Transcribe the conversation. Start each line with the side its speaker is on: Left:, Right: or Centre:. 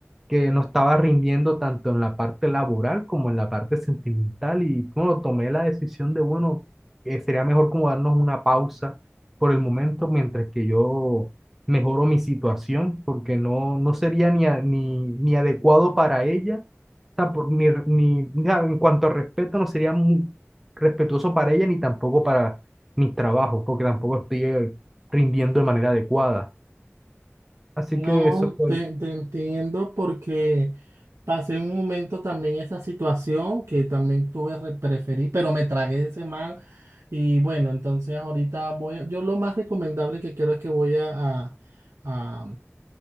Centre: que no estaba rindiendo tanto en la parte laboral como en la parte sentimental y bueno, tomé la decisión de, bueno, eh, sería mejor como darnos una pausa por el momento mientras que yo mejoro mi situación, porque no, no sería ni, a- ni, ni adecuado para ella sea, por- ni, ni, ya, en cuanto a respeto, no sería muy respetuoso para ella ni tampoco para mis trabajos, porque tampoco estoy eh, rindiendo de manera adecuada. Así
Right: No,
Centre: que eso fue.
Right: te, te entiendo porque pasé un momento también esa situación que también tuve re- preferí, pero me tragué ese man y bueno, entonces ahorita voy, a- yo lo más recomendable que quiero es que voy a, a,